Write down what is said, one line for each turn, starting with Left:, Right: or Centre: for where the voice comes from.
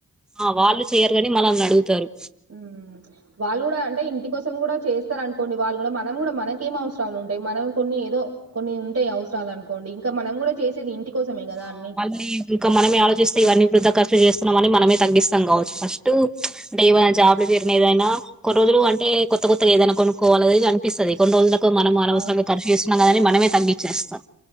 Centre: ఆ వాళ్ళు చెయ్యరు కాని మనల్ని అడుగుతారు.
Right: మ్ వాళ్ళు కూడ అంటే ఇంటి కోసం కూడా చేస్తారు అనుకోండి వాళ్ళు కూడా. మనం కూడా మనకేం అవసరాలు ఉంటాయి మనం కొన్ని ఏదో కొన్ని ఉంటాయి అవసరాలు అనుకోండి ఇంకా మనం కూడ చేసేది ఇంటికోసమే కదా
Centre: ఆ
Right: అన్ని
Centre: మళ్ళీ ఇంకా మనమే ఆలోచిస్తే ఇవన్నీ వృధ ఖర్చు చేస్తున్నాం అని మనమే తగ్గిస్తా కావచ్చు. ఫస్ట్ అంటే ఏమైనా జాబ్లు చేరినా ఏదైనా కొన్ని రోజులు అంటే కొత్త కొత్తగా ఏదైనా కొనుకోవాలి. అది ఇది అనిపిస్తది కొన్ని రోజులు తప్ మనం అనవసరంగా
Right: అవును.
Centre: ఖర్చు చేస్తున్నాంగదని మనమే తగ్గిచ్చేస్తాం.